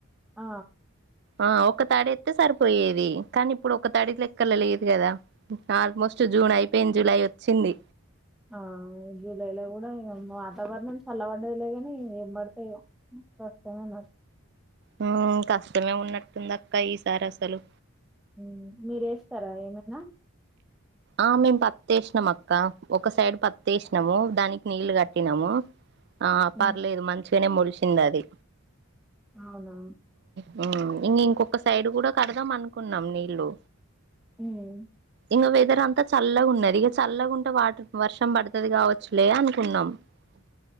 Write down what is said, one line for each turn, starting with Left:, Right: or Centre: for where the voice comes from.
Centre: ఆ
Right: ఆ ఒక తాడి ఎత్తే సరిపోయేది కానీ ఇప్పుడు ఒక తాడి లెక్కల లేదు కదా ఆల్మోస్ట్ జూన్ అయిపోయింది జులై వచ్చింది
Centre: ఆ ఈ జూలై లో కూడా వాతావరణం చల్లవడదులేగాని ఏం పడతాయో వస్తావనరు
Right: మ్మ్ కష్టమే ఉన్నట్టుంది అక్క ఈసారి అసలు
Centre: మ్మ్ మీరేస్తారా ఏమైనా
Right: ఆ మేము పత్ వేసినాం అక్క ఒక సైడ్ పత్ వేసినాము దానికి నీళ్లు కట్టినాము ఆ పర్లేదు
Centre: ఉమ్,
Right: మంచిగానే ముడిసింది అది
Centre: అవునా
Right: ము హు ఇం ఇంకొక సైడ్ కూడా కడదాం అనుకున్నాం నీళ్లు
Centre: ఉమ్
Right: ఇంకా వెదర్ అంతా చల్లగా ఉన్నది ఇక చల్లగా ఉంటే వాటర్ వర్షం పడుతుది కావచ్చులే అనుకున్నాం అ